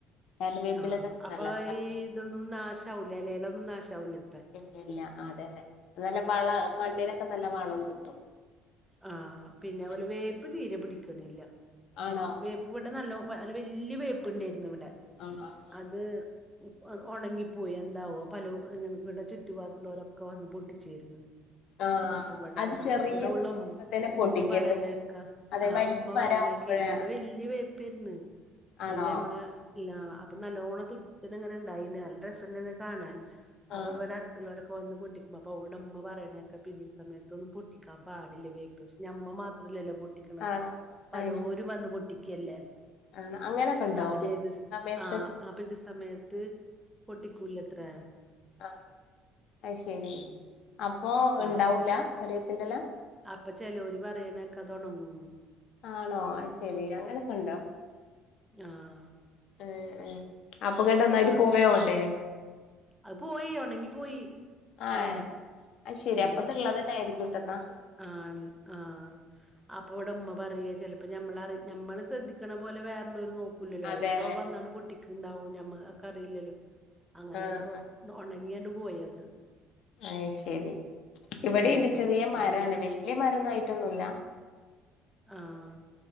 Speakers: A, on the left (about 65°); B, in the centre.
A: കറിവേപ്പിലൊക്കെ
B: ആഹ് അപ്പൊ
A: നല്ലതാ
B: ഈ ഇതൊന്നും നാശാവുല്ലേ എലേലൊന്നും നാശാവുല്ലേ?
A: ഇല്ലല്ലഅതെ അതെ നല്ല വള മണ്ണിനൊക്കെ നല്ല വളോം കിട്ടും.
B: ആഹ് പിന്നെ
A: അങ്ങനെ
B: അവ് പ്പോലെ വേപ്പ് തീരെ പിടിക്കണില്ല.
A: ആണോ
B: വേപ്പ് ഇവിടെ നല്ലോ അല്ല വല്ല്യ വേപ്പുണ്ടേർന്നു ഇവടെ
A: <unintelligible>
B: അത് ഇപ് ഒണങ്ങിപ്പോയി എന്താവോ പലോ ഇവിടെ ചുറ്റുപാത്തുള്ളോരൊക്കെ വന്ന് പൊട്ടിച്ചേര്ന്നു.
A: ആഹ്
B: അപ്പൊ ഇവടെ
A: അത് ചെറിയ
B: ഇവടെ ഉള്ള
A: മരാവുമ്പോ
B: ഉ
A: തന്നെ
B: ഉമ്മ
A: പൊട്ടിക്കരുത്
B: പറണേക്കാ
A: അതെ
B: ആഹ്
A: വലിയ
B: ഉമ്മ പറെണൊക്കെ
A: മരാവുമ്പഴേ
B: നല്ല വല്യ വേപ്പേര്ന്ന്
A: ആണോ
B: നല്ല നമ്മളെ ഇല്ല അപ്പൊ നല്ലോണം തുട്ട് ത് ങ്ങനെ ഇണ്ടായിണ്. നല്ല രസണ്ട് ത് കാണാന് അപ്പൊ
A: ആഹ്
B: ഇവടെട് ത്ത്ള്ളോരൊക്കെ വന്ന് പൊട്ടിക്കും അപ്പൊ അ ഓണ്ട മ്മ പറയണേക്ക പിരീഡ്സ് സമയത്തൊന്നും പൊട്ടിക്കാൻ പാടില്ലേ വേ പ്പശ് ഞമ്മ മാത്രല്ലല്ലോ പൊട്ടിക്കണത്.
A: ആണോ
B: പലോരും
A: അയ്
B: വന്ന് പൊട്ടിക്കല്ലേ
A: ആണ് അങ്ങനൊക്കെ ഉണ്ടോ
B: അവരേത്സ്
A: പിന്നെ സമയത്ത്
B: ആഹ് പിരീഡ് സമയത്ത് പൊ ട്ടിക്കൂലത്രെ.
A: ആഹ് അയ് ശരി
B: ഉം
A: അപ്പോ
B: ആഹ്
A: ഇണ്ടാവൂല കര്യേപ്പ്ന്റെല
B: അപ്പൊ ചെലോല് പറീണേക്ക ഇതൊണങ്ങും ന്ന്
A: ആണോ അയ് ശരി അങ്ങനൊക്കെണ്ടോ
B: ആഹ്
A: ഏഹ് അപ്പൊങ്ങട്ട് ഒന്നായിട്ട്
B: ആഹ്
A: പോയോങ്ങട്ട്
B: അത് പോയി ഒണങ്ങി പോയി.
A: ആഹ്
B: ആ മരം
A: അയ് ശരി
B: ഉം
A: അപ്പൊത്ള്ളതന്നെ ആയിരിക്കും ട്ടെന്നാ
B: ആഹ് ള്ള ആഹ് അപ്പ ഇവടമ്മ പറയേ ചെലപ്പോ നമ്മളറി ഞമ്മള് ശ്രദ്ധിക്കണ പോലെ വേറള്ളോല് നോക്ക ക്കൂല്ലല്ലോ
A: അതെ
B: അവര്പ്പോ
A: അതെ
B: വന്നാണ്ട് പൊട്ടിക്ക് ഇണ്ടാവും. ഞമ്മക്കറിയില്ലല്ലോ അങ്ങനെ
A: ആഹ് ആഹ്
B: ഒണങ്ങിയാണ്ട് പോയത്.
A: അയ് ശരി ഇവിടേണ്ട്
B: ഉം
A: ചെറിയ മരാണ്.
B: അത് നല്ല
A: വല്യ മരൊന്നും ആ യിട്ടൊന്നുല്ല.
B: ആഹ്